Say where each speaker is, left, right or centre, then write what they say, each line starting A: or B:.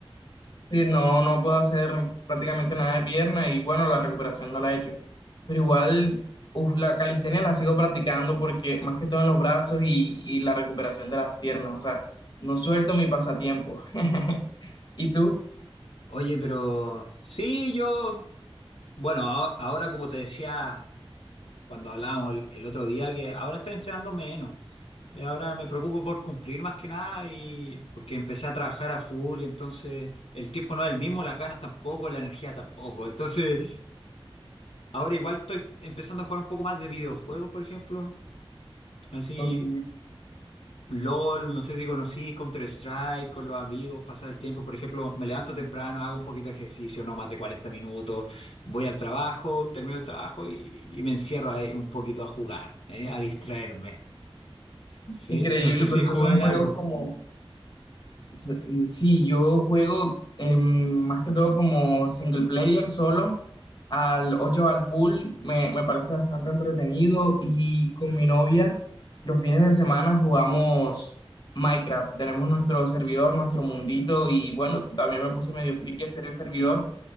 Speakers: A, on the left; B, on the left.
A: Sí, no, no puedo hacer prácticamente nada de pierna y bueno, la recuperación no la he hecho. Pero igual, uf, la calistenia la sigo practicando porque más que todo en los brazos y, y la recuperación de las piernas. O sea, no suelto mi pasatiempo. <laughs> ¿Y tú?
B: Oye, pero sí, yo, bueno, a- ahora como te decía cuando hablábamos el, el otro día, que ahora estoy entrenando menos. Eh, Ahora me preocupo por cumplir más que nada y porque empecé a trabajar a full y entonces el tiempo no es el mismo, las ganas tampoco, la energía tampoco. Entonces, ahora igual estoy empezando a jugar un poco más de videojuegos, por ejemplo. Así
A: Ok.
B: LOL, no sé si conocís Counter-Strike con los amigos, pasar el tiempo. Por ejemplo, me levanto temprano, hago un poquito de ejercicio, no más de 40 minutos, voy al trabajo, termino el trabajo y, y me encierro ahí un poquito a jugar, ¿eh? a distraerme. ¿sí?
A: Increíble,
B: No sé si
A: pero esos
B: jugáis
A: son juegos
B: algo.
A: como, S- eh, Sí, yo juego em, más que todo como single player solo. Al 8 al pool me, me parece bastante entretenido y con mi novia los fines de semana jugamos Minecraft. Tenemos nuestro servidor, nuestro mundito y bueno, también me puse medio friki a hacer el servidor,